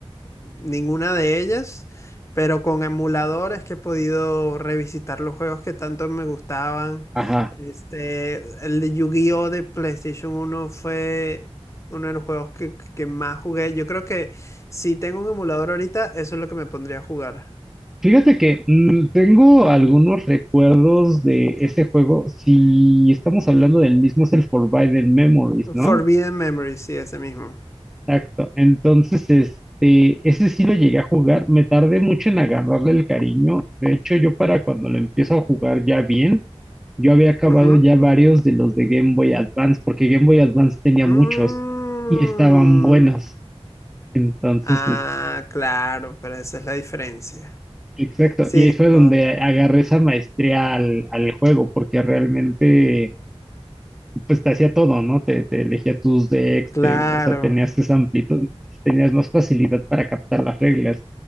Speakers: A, on the left; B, in the centre.
A: ninguna de ellas, pero con emulador es que he podido revisitar los juegos que tanto me gustaban.
B: Ajá.
A: Este, el de Yu-Gi-Oh! de PlayStation uno fue uno de los juegos que, que más jugué. Yo creo que si tengo un emulador ahorita, eso es lo que me pondría a jugar.
B: Fíjate que mm, tengo algunos recuerdos de ese juego. Si estamos hablando del mismo, es el Forbidden Memories, ¿no?
A: Forbidden Memory, sí, ese mismo.
B: Exacto. Entonces, este, ese sí lo llegué a jugar. Me tardé mucho en agarrarle el cariño. De hecho, yo para cuando lo empiezo a jugar ya bien. yo había acabado
A: Ujú.
B: ya varios de los de Game Boy Advance, porque Game Boy Advance tenía muchos
A: Mm.
B: y estaban buenos. Entonces,
A: Ah,
B: este,
A: claro, pero esa es la diferencia.
B: exacto.
A: Sí,
B: Y ahí fue donde
A: no,
B: agarré esa maestría al, al juego, porque realmente, pues te hacía todo, ¿no? Te, te elegía tus decks,
A: claro.
B: te- o sea, tenías esa amplitud, tenías más facilidad para captar las reglas.